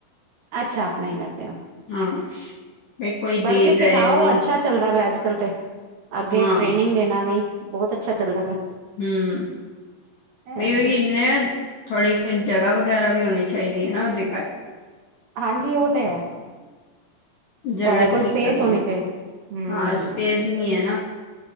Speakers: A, on the right; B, on the left.
A: ਅੱਛਾ। ਆਪ ਨਹੀਂ ਕਰਦੇ ਹੋ।
B: ਹਾਂ। ਬਈ ਕੋਈ,
A: ਬਲਕਿ
B: ਦੇ
A: ਸਿਖਾਓ
B: ਜਾਏ, ਬਈ।
A: ਅੱਛਾ ਚੱਲਦਾ ਪਿਆ, ਅੱਜ ਕੱਲ ਤੇ। ਅੱਗੇ
B: ਹਾਂ
A: ਟ੍ਰੇਨਿੰਗ ਦੇਣਾ ਵੀ, ਬਹੁਤ ਅੱਛਾ ਚੱਲਦਾ ਪਿਆ।
B: ਹੂੰ। ਭਈ
A: ਐਵੇਂ,
B: ਉਹੀਨ ਥੋੜ੍ਹੀ ਫਿਰ ਜਗ੍ਹਾ ਵਗੈਰਾ ਵੀ ਹੋਣੀ ਚਾਹੀਦੀ ਹੈ ਨਾ ਉਹਦੇ ਕਰ।
A: ਹਾਂਜੀ। ਉਹ ਤੇ ਹੈ।
B: ਜਗ੍ਹਾ
A: ਤੁਹਾਡੇ ਕੋਲ
B: ਦੀ
A: ਸਪੇਸ
B: ਦਿੱਕਤ
A: ਹੋਣੀ ਚਾਹੀ। ਹਮ।
B: ਹਾਂ ਸਪੇਸ ਨਹੀਂ ਹੈ ਨਾ